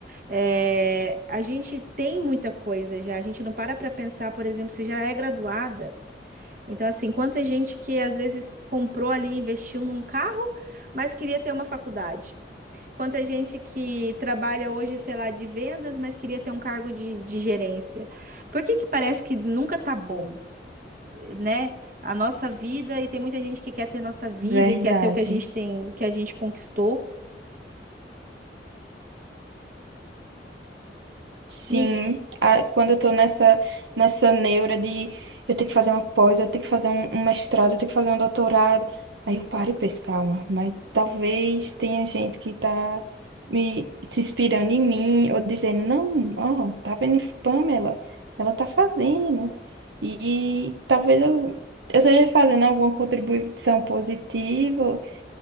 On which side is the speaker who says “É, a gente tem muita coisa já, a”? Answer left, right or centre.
Right